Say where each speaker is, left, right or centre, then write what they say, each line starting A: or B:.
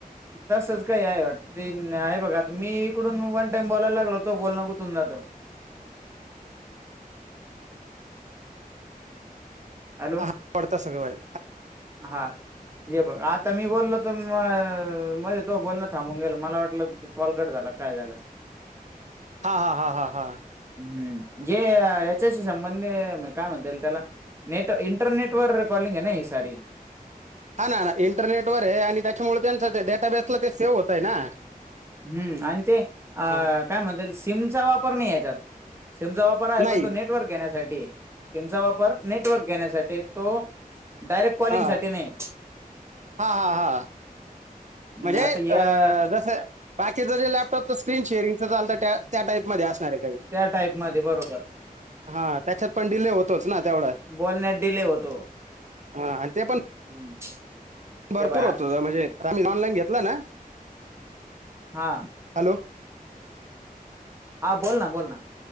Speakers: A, on the right; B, on the right.
A: तसच काही आहे वाट ते आहे बघा.. मी इकडून वन टाइम बोलायला लागलो तो बोलणं कुठून जात. हॅलो!
B: हा, हा पडता सगळं व्हायलं
A: हा हे बघ आता मी बोललो त <unintelligible> मध्ये तो बोलणं थांबून गेल मला वाटलं कॉलकट झाला काय झालं?
B: हा हा <inaudible> हा हा हा
A: हम्म जे याच्याशी संबंध काय म्हणता येईल त्याला नेट इंटरनेट वर कॉलिंग आहे ना ही सारी
B: हा ना ना इंटरनेटवर आहे आणि त्याच्यामुळे त्यांचं डेटाबेसला ते सेव्ह होत आहे ना
A: हम्म आणि ते अ
B: हा
A: काय म्हणते सिमचा वापर नाही याच्यात सिमचा वापर आहे
B: नाही
A: पण तो नेटवर्क घेण्यासाठी ते सिमचा वापर नेटवर्क घेण्यासाठी तो डायरेक्ट कॉलिंग
B: हा
A: साठी नाही.
B: हा हा हा म्हणजे
A: न आता या
B: अ जस बाकीच जे लॅपटॉपच स्क्रीन शेअरिंग <unintelligible> त्या टाईप म असणार आहे काही
A: त्या टाईप मध्ये बरोबर
B: हा त्याच्यात पण डिले होतोच ना तेवढा
A: बोलण्यात डिले होतो
B: हा आणि ते पण
A: हम्म <inaudible>
B: भरपूर
A: त्या बाय आत-
B: होतो <inaudible> म्हणजे <unintelligible> ऑनलान घे घेतला ना?
A: हा
B: हॅलो!
A: ह बोल ना, बोल ना.